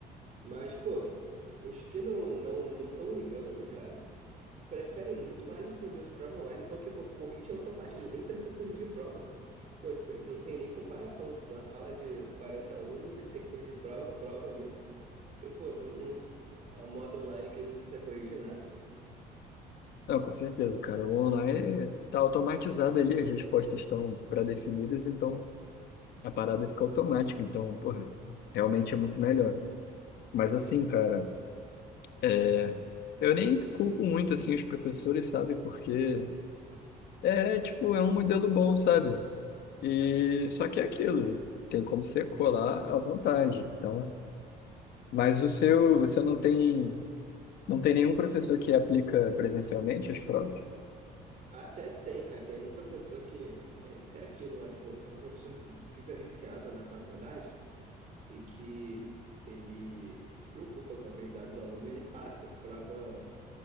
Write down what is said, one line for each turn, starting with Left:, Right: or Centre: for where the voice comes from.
Right: Mas, pô, os que não não não estão ligando, cara, preferem muito mais esse modelo de prova online porque, pô, corrige automático, ele nem precisa corrigir prova. Pô, tipo, ele não tem nem comparação, tipo, uma sala de 40 alunos, ele tem que corrigir prova, prova ali, e, pô, não, não, o modo online que ele não precisa corrigir nada.
Left: Não, com certeza, cara. O online tá automatizado ali, as respostas estão pré-definidas, então a parada fica automática. Então, porra, realmente é muito melhor. Mas assim, cara, é... eu nem culpo muito, assim, os professores, sabe? Porque é, tipo, é um modelo bom, sabe? E só que é aquilo, tem como você colar à vontade. Então, mas o seu, você não tem, não tem nenhum professor que aplica presencialmente as provas?
Right: Até tem, cara. Tem um professor que é, é aquilo, né? Tipo, é um professor diferenciado na faculdade e que ele se preocupa com o aprendizado do aluno e ele passa prova,